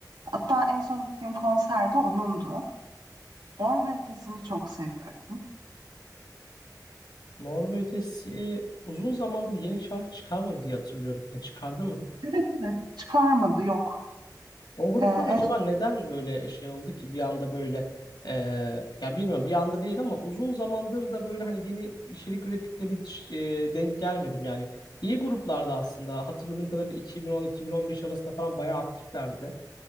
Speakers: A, on the right; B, on the left.
A: Hatta en son gittiğim konserde onundu. Mor ve Ötesi'ni çok seviyorum.
B: Mor ve Ötesi uzun zamandır yeni şarkı çıkarmadı diye hatırlıyorum. Ya çıkardı mı?
A: Evet evet çıkarmadı yok.
B: O gruplar
A: Ee, en,
B: acaba neden böyle şey oldu ki bir anda böyle e, ya bilmiyorum bir anda değil ama uzun zamandır da böyle hani yeni içerik ürettikleri hiç, e, denk gelmedim yani. İyi gruplardı aslında. Hatırladığım kadarıyla 2010-2015 arasında falan bayağı aktiflerdi.